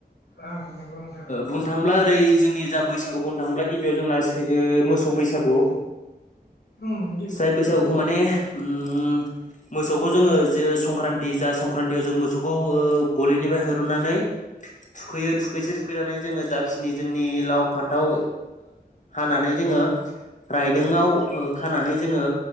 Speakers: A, on the left; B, on the left.
A: ओं नंगौ नोंथां
B: बुंनो थाङोब्ला ओ जोंनि जा बैसागु बुंनो थाङोब्ला गिबियाव जोंना मोसौ बैसागु
A: ओम
B: जाय बैसागुखौ माने ओम मोसौखौ जोङो जे संक्रान्ति जा संक्रान्तियाव जों मोसौखौ गलिनिफ्राय हरुननानै थुखैयो थुखैस थुखैनानै जोङो जाखिनि जोंनि लाव फान्थाव हानानै जोङो रायदोंआव खानानै जोङो